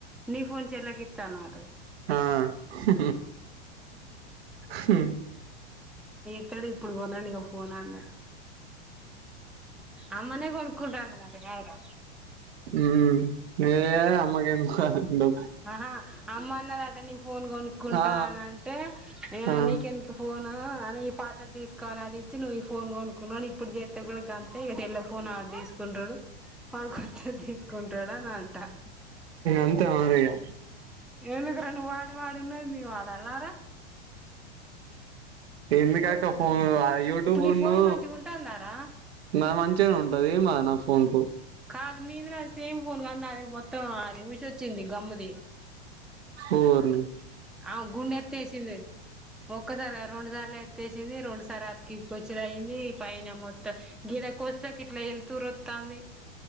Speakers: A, in the centre; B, on the right.
A: నీ ఫోన్ చెల్లెకు ఇత్తా అన్నావటగా
B: ఆ హ్ హ్ హ్
A: ఏది ఇప్పుడు కొనండి ఇక ఫోన్ అన్నడు అమ్మనే కొనుక్కుంటా అన్నదట కాదురా
B: ఉ నేనే అమ్మకు ఎందుకనుంటా
A: ఆహా అమ్మ అన్నదట నీ ఫోన్ కొనుక్కుంటా
B: ఆ
A: అన అంటే
B: ఆ ఆ
A: నీకెందుకు ఫోన్ ఆ అని ఈ పాతది తీసుకోని అది ఇచ్చి నువ్వు ఈ ఫోన్ కొనుక్కున్న ఇప్పుడు చెత్తే కూడా గంతే ఇక తెల్ల ఫోన్ అది తీసుకొ కుంటడు వాడుకొత్తది తీసుకుంటాడు అని అంటాండు
B: అంతే మరి ఇగ
A: ఎందుకురా నువ్వు వాడి వాడు ఉన్నది నేను వాడల్నరా
B: ఎందుకు అక్క ఫోను ఆ యూట్యూబ్
A: ఇప్పుడు నీ ఫోన్
B: ను
A: మంచిగా ఉంటుందారా
B: నాది మంచిగనే ఉంటది ఏమవదు నా ఫోన్ కు
A: అది నీది నాది సేమ్ ఫోన్ కన్నాది మొత్తం అది ఊసొచ్చింది గమ్ముది
B: ఓర్నీ
A: ఆమే గుండు ఎత్తేసింది ఒక్కసారి కాదు రెండు సార్లు ఎత్తేసింది రెండుసార్ అతికిసుకొచ్చుడు అయింది పైన మొత్తం గిడ కోస్త కి ఇట్లా వెళతురు వత్తాంది